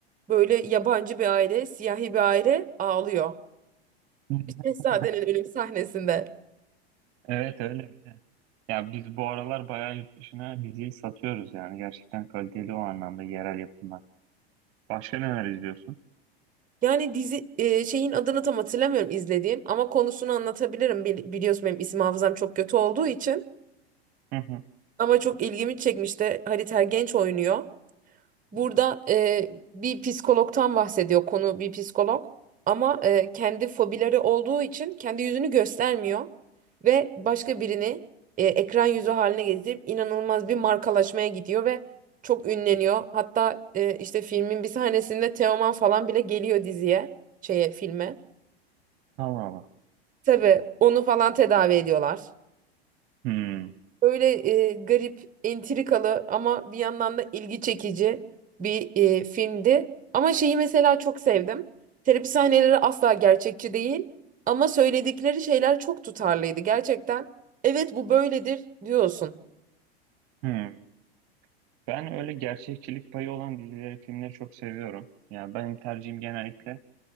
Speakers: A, on the right; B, on the right.
A: Böyle yabancı bir aile, siyahi bir aile ağlıyor.
B: <laughs>
A: Şehzadenin ölüm sahnesinde.
B: Evet öyle öyle. Ya biz bu aralar bayağı yurt dışına diziyi satıyoruz yani. Gerçekten kaliteli o anlamda yerel yapımlar. Başka neler izliyorsun?
A: Yani dizi e, şeyin adını tam hatırlamıyorum izlediğim ama konusunu anlatabilirim. Bili- biliyorsun benim isim hafızam çok kötü olduğu için.
B: Hı hı.
A: Ama çok ilgimi çekmişti. Halit Ergenç oynuyor. Burada e, bir psikologtan bahsediyor konu bir psikolog ama e, kendi fobileri olduğu için kendi yüzünü göstermiyor ve başka birini e, ekran yüzü haline getirip inanılmaz bir markalaşmaya gidiyor ve çok ünleniyor. Hatta e, işte filmin bir sahnesinde Teoman falan bile geliyor diziye, şeye filme.
B: Allah Allah.
A: Tabii onu falan tedavi ediyorlar.
B: Hmm.
A: Öyle e, garip, entrikalı ama bir yandan da ilgi çekici bir e, filmdi. Ama şeyi mesela çok sevdim. Terapi sahneleri asla gerçekçi değil ama söyledikleri şeyler çok tutarlıydı gerçekten. Evet bu böyledir diyorsun.
B: Hmm. Ben öyle gerçekçilik payı olan dizileri, filmleri çok seviyorum. Yani benim tercihim genellikle